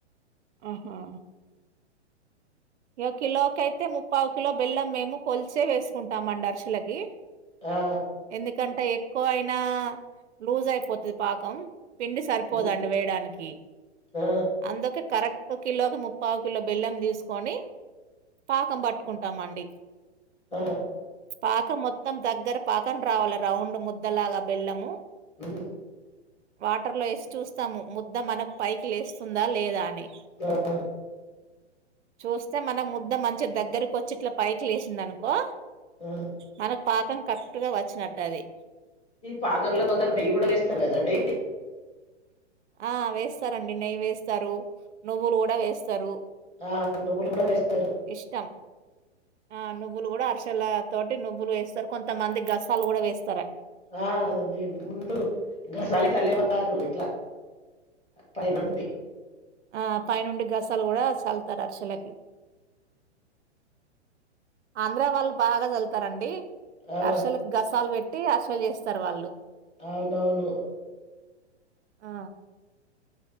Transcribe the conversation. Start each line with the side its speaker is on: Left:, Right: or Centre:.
Right: ఆహా. ఇగ కిలోకి ఐతె ముప్పై కిలో బెల్లం మేము కొలిచే వేసుకుంటాంమండి అరుషాలకి.
Left: ఆ
Right: ఎందుకంటే. ఎకువ అయినా లూజ్ అయిపోతది పాకం. పిండి సరిపోదండి
Left: ఉమ్
Right: వేయడానికి
Left: ఆ
Right: అందుకే కరెక్ట్. ఒక కిలోకి ముప్పావు కిలో బెల్లం తీసు. కోని పాకం పట్టుకుంటామండి.
Left: ఆ.
Right: పాకం మొత్తం దగ్గర పాకం రావాలి రౌండ్ ముద్దలాగా బెల్లము.
Left: ఉమ్.
Right: వాటర్లో ఎసి చూస్తాము ముద్ద మనకు పైకి లేస్తుందా లేదా అని.
Left: ఆ.
Right: చూస్తే మనకు ముద్ద మంచి దగ్గరకు వచ్చి ఇట్లా పైకి లేసిందనుకో.
Left: ఆ.
Right: మనకు పాకం కరెక్ట్ గా వచ్చినట్టు అది.
Left: ఈ పాకరులో కొందరు నెయ్యి కూడ వేస్తారు కదండి
Right: ఆ వేస్తారండి నెయ్యి వేస్తారు నువ్వులు కూడ వేస్తారు
Left: ఆ నువ్వులు కూడా వేస్తారు
Right: ఇష్టం. ఆ నువ్వులు కూడా అరసల తోటి నువ్వులు వేస్తారు కొంతమంది గసాలు కూడ వేస్తారు
Left: ఆ అది ఉండు గసాల కల్లేవారు ఇట్లా పై నుండి
Right: ఆ పైనుండి గసాలు కూడా చల్తారు అరిసలకి ఆంధ్ర వాళ్ళు బాగా చలుతారండి
Left: ఆ
Right: అరసలకు గసాలు బెట్టి అరిసెలు చేస్తారు వాళ్ళు
Left: అవునవును
Right: ఆ